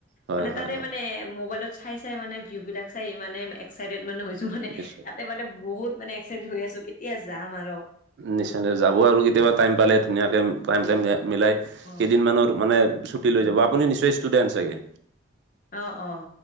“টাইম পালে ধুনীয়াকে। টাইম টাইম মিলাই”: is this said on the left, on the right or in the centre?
Right